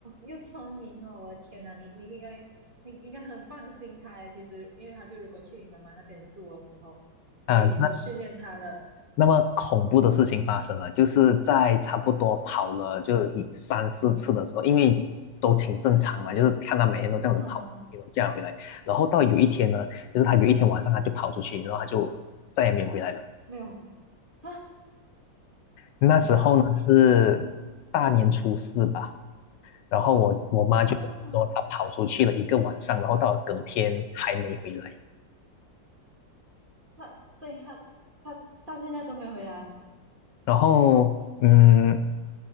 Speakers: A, on the right; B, on the left.
A: 又聪明哦！我的天呐，你你应该你应该很放心他耶。其实，因为他就如果去你妈妈那边住的时候，
B: 啊，
A: 因为你都训练他了
B: 那么恐怖的事情发生了，就是在差不多跑了就三四次的时候，因为都挺正常嘛，就是看他每天都这样子跑，
A: 啊，
B: 运这样回来，然后到有一天呢，就是他有一天晚上他就跑出去，然后他就再也没有回来了。
A: 没有啊
B: 那时候呢是大年初四吧，
A: 哦
B: 然后我我妈就跟我说，
A: 啊，
B: 她跑出去了一个晚上，然后到了隔天还没回来。
A: 他所以他他到现在都没有回来
B: 然后嗯，